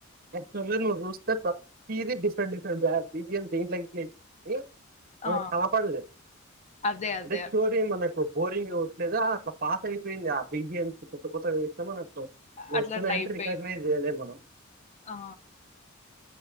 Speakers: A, on the right; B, on the left.
A: ఆక్చవల్ గా నువ్వు చూస్తె ప్రతీది డిఫరెంట్ డిఫరెంట్ ధ్యం బి జి ఎమ్ దింట్లోకి కి మనకి
B: ఆ!
A: కాపాడలేదు
B: అదే. అదే.
A: అయితే స్టోరీలు మనకు బోరింగ్ లేదా అట్లా పాత అయిపోయింది ఆ బిజిఎం కొత్త కొత్త వేస్తాం మనం
B: అట్లా
A: వస్తున్నాయంటే
B: అట్లా అయిపోయింది.
A: రికగ్నైజ్ చేయలేం మనం
B: ఆ